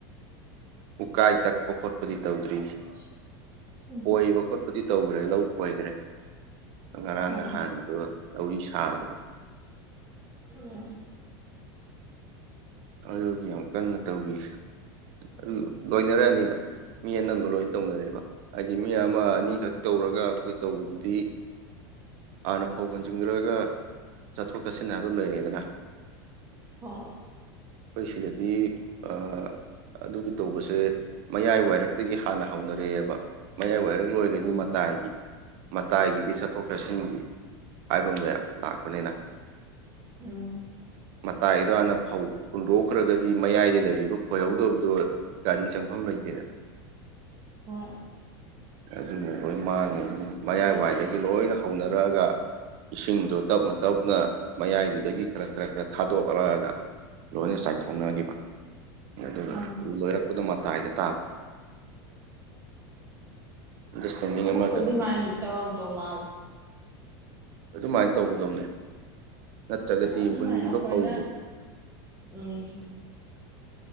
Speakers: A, on the right; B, on the right.
A: ꯎꯀꯥꯏ ꯇꯛꯄ ꯈꯣꯠꯄꯗꯤ ꯇꯧꯗ꯭ꯔꯤ
B: <unintelligible>
A: ꯈꯣꯏꯕ ꯈꯣꯠꯄꯗꯤ ꯇꯧꯈ꯭ꯔ‌ꯦ ꯂꯧ ꯈ‌ꯣꯏꯈ꯭ꯔ‌ꯦ ꯉꯔꯥꯡ
B: ꯑꯥ
A: ꯅꯍꯥꯟꯗꯣ ꯂꯧꯔꯤ ꯁꯥꯔꯨꯕꯟ
B: ꯑꯣ
A: ꯑꯗꯨꯒꯤ ꯌꯥꯝ ꯀꯟꯅ ꯇꯧꯔꯤꯁꯦ ꯑꯗꯨ ꯂꯣꯏꯅꯔꯛꯑꯅꯤꯗ ꯃꯤ ꯑꯅꯝꯕ ꯂꯣꯏꯅ ꯇꯧꯅꯔꯦꯕ ꯍꯥꯏꯗꯤ ꯃꯤ ꯑꯃ ꯑꯅꯤꯈꯛ
B: ꯑꯥ
A: ꯇꯧꯔꯒ ꯑꯩꯈꯣꯏ ꯇꯧꯕꯗꯨꯗꯤ ꯍꯥꯟꯅ ꯐꯧ ꯍꯨꯖꯤꯟꯈ꯭ꯔꯒ ꯆꯠꯊꯣꯛ ꯆꯠꯁꯤꯟ ꯍꯥꯏꯕ ꯑꯃ ꯂꯩꯔ‌ꯦꯗꯅ
B: ꯍꯣꯏ
A: ꯑꯩꯈꯣꯏ ꯁꯤꯗꯗꯤ ꯑꯥ ꯑꯗꯨꯒꯤ ꯇꯧꯕꯁꯦ ꯃꯌꯥꯏ ꯋꯥꯏꯔꯛꯇꯒꯤ ꯍꯥꯟꯅ ꯍꯧꯅꯔꯛꯑꯦꯕ ꯃꯌꯥꯏ ꯋꯥꯏꯔꯛ ꯂꯣꯏꯔꯗꯤ
B: ꯎꯝ
A: ꯃꯇꯥꯏꯒꯤ ꯃꯇꯥꯏꯒꯤꯗꯤ ꯆꯠꯊꯣꯛ ꯆꯠꯁꯤꯟꯒꯤ ꯍꯥꯏꯕ ꯑꯃ ꯂꯩꯌꯦ ꯂꯥꯛꯄꯅꯤꯅ
B: ꯎꯝ
A: ꯃꯇꯥꯏ ꯒꯤꯗꯨ ꯍꯥꯅ ꯐꯧ ꯍꯨꯟꯗꯣꯛꯈ꯭ꯔꯒꯗꯤ ꯃꯌꯥꯏꯗ ꯂꯩꯔꯤꯕ ꯈꯣꯏꯍꯧꯗꯕꯗꯣ ꯒꯥꯔꯤ ꯆꯪꯐꯝ ꯂꯩꯇꯦꯗ
B: ꯍꯣꯏ
A: ꯑꯗꯨꯅ ꯂꯣꯏ ꯃꯥꯡꯉꯦ ꯑꯗꯨꯝ ꯃꯌꯥꯏꯋꯥꯏꯗꯒꯤ ꯂꯣꯏꯅ ꯍꯧꯅꯔꯛꯑꯒ ꯏꯁꯤꯡꯗꯣ ꯇꯞꯅ ꯇꯞꯅ ꯃꯌꯥꯏꯗꯨꯗꯒꯤ ꯈꯔ ꯈꯔ ꯈꯔ ꯊꯥꯗꯣꯛꯔꯛꯑꯒ ꯂꯣꯏꯅ ꯆꯥꯏꯊꯣꯛꯅꯈꯤꯕ ꯑꯗꯨꯒ
B: ꯑꯥ
A: ꯂꯣꯏꯔꯛꯄꯗꯣ ꯃꯇꯥꯏꯗ ꯇꯥꯕ ꯑꯟꯗꯔꯁꯇꯦꯟꯗꯤꯡ
B: ꯑꯈ‌ꯣꯏꯁꯨ
A: ꯑꯃꯗ
B: ꯑꯗꯨꯃꯥꯏꯅꯗꯤ
A: ꯑꯗꯨꯝ
B: ꯇꯧꯔꯝꯗꯧ ꯃꯥꯜꯂꯦ
A: ꯑꯗꯨꯃꯥꯏꯅ ꯇꯧꯒꯗꯧꯅꯦ ꯅꯠꯇ꯭ꯔꯒꯗꯤ
B: ꯑꯗꯨꯃꯥꯏꯅ
A: ꯍꯨꯟꯒꯤꯕ
B: ꯑꯩꯈꯣꯏꯅ
A: ꯐꯧꯗꯣ
B: ꯎꯝ